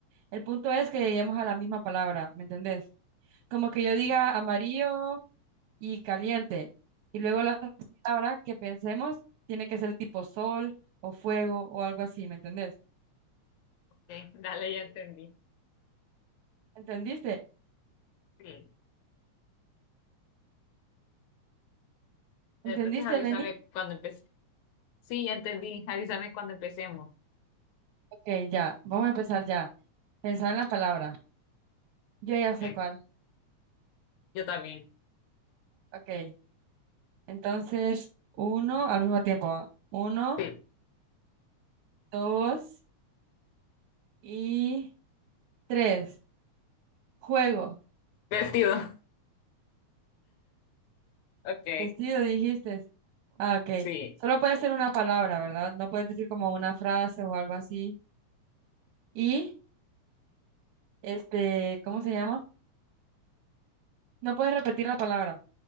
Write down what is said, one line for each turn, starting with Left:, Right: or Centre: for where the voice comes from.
Right: El punto es que lleguemos a la misma palabra, ¿me entendés? Como que yo diga amarillo y caliente. Y luego la palabra que pensemos tiene que ser tipo sol o fuego o algo así, ¿me entendés?
Left: Ok, Dale, ya entendí.
Right: ¿Entendiste?
Left: Sí.
Right: ¿Entendiste,
Left: Entonces avísame
Right: Lenny?
Left: cuando empecemos. Sí, ya entendí. Avísame cuando empecemos.
Right: Ok, ya, vamos a empezar ya. Pensar en la palabra. Yo ya sé
Left: Eh,
Right: cuál.
Left: Yo también.
Right: Ok, entonces uno al mismo tiempo. ¿va? Uno,
Left: Sí.
Right: dos y tres. Juego.
Left: Vestido. Ok,
Right: Vestido, dijiste. Ah, ok.
Left: sí.
Right: Solo puede ser una palabra, ¿verdad? No puedes decir como una frase o algo así. Y, este, ¿cómo se llama? No puedes repetir la palabra.